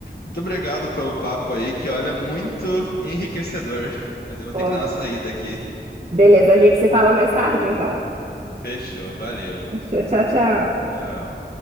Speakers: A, on the left; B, on the right.
A: Muito obrigado pelo papo aí, que olha, muito enriquecedor. Mas eu vou
B: Bom,
A: ter que dar uma saída aqui.
B: Beleza, a gente se fala mais tarde, então.
A: Fechou, valeu.
B: <laughs> Tchau, tchau.
A: Tchau.